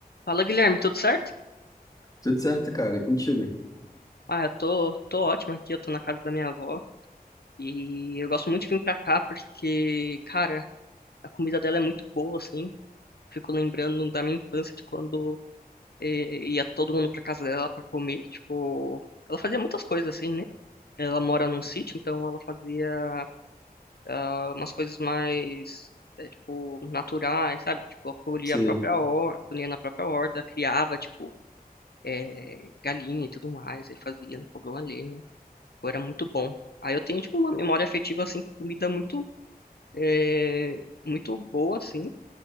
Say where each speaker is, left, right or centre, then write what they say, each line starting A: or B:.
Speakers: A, on the left (about 80°); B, on the left (about 20°).
A: Fala, Guilherme, tudo certo?
B: Tudo certo, cara? E contigo?
A: Ah, eu tô, tô ótimo aqui, eu tô na casa da minha avó e eu gosto muito de vir pra cá porque, cara, a comida dela é muito boa, assim. Fico lembrando da minha infância de quando eh, ia todo mundo pra casa dela pra comer, tipo, ela fazia muitas coisas assim, né? Ela mora num sítio, então ela fazia ah, umas coisas mais, eh, tipo, naturais, sabe? Tipo, ela colhia
B: Sei.
A: a própria horta, colhia na própria horta, criava, tipo, eh, galinha e tudo mais, aí fazia no fogão a lenha. Pô, Era muito bom. Aí eu tenho, tipo, uma memória afetiva, assim, com comida muito, é, muito boa, assim.